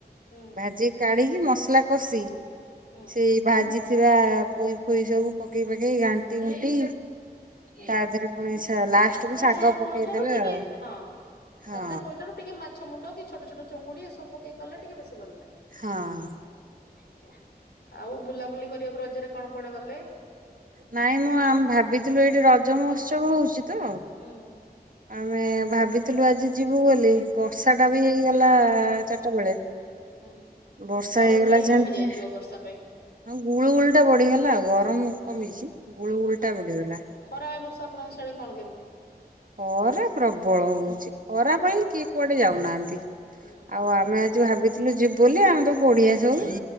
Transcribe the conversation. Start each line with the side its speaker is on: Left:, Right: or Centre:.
Left: ହୁଁ
Right: ଭାଜି କାଢିକି ମସଲା କଷି।
Left: ହୁଁ
Right: ସେଇ ଭାଜିଥିବା ପୋଇ ଫୋଇ ସବୁ ପକେଇ ପାକେଇ ଘାଣ୍ଟି ଉୁଣ୍ଟି
Left: ହୁଁ
Right: ତା ଦେହରେ ପୁଣି ଲାଷ୍ଟ
Left: ସାଧା
Right: କୁ ଶାଗ ପକେଇଦେଲେ
Left: ପୋଇଠାରୁ ଟିକେ
Right: ଆଉ
Left: ହଁ
Right: ହଁ
Left: ସାଧା ପୋଇଠାରୁ ଟିକେ ମାଛ ମୁଣ୍ଡ କି ଛୋଟ ଛୋଟ ଚୁଙ୍ଗୁଡି ଏସବୁ ପକେଇ କଲେ ଟିକେ ବେଶୀ ଭଲ ଲାଗେ।
Right: ହଁ।
Left: ଆଜ୍ଞା ଆଉ ବୁଲାବୁଲି କରିବାକୁ ରଜରେ କଣ କୁଆଡେ ଗଲେ?
Right: ନାଇଁ ମୁଁ ଆମେ ଭାବିଥିଲୁ ଏଇଠି ରଜ ମହୋତ୍ସବ ହଉଛି ତ।
Left: ହୁଁ
Right: ଆମେ ଭାବିଥିଲୁ ଆଜି ଯିବୁ ବୋଲି ବର୍ଷା
Left: ହୁଁ।
Right: ଟା ବି ହେଇଗଲା ଚାରଟା ବେଳେ।
Left: ହୁଁ
Right: ବର୍ଷା
Left: ଗରମ
Right: ହେଇଗଲା
Left: ଟିକେ
Right: ଯେମିତି
Left: କମି ଯାଇଥିବ ବର୍ଷା ପାଇଁ
Right: ହଁ ଗୁଳୁ ଗୁଳଟା ବଢିଗଲା ଆଉ ଗରମ
Left: ହୁଁ
Right: କମିଛି ଗୁଳୁ ଗୁଳଟା
Left: ହୁଁ।
Right: ବଢିଗଲା।
Left: ଖରା ଏ ବର୍ଷ ଆପଣଙ୍କ ଶିଆଡେ କଣ କେମିତି?
Right: ଖରା ପ୍ରବଳ ହଉଛି ଖରା ପାଇଁ କିଏ କୁଆଡେ ଯାଉନାହାନ୍ତି
Left: ହୁଁ
Right: ଆଉ ଆମେ ଆଜି ଭାବିଥିଲୁ ଯିବୁ ବୋଲି ଆମେ ତ କୋଡ଼ିଆ ସବୁ।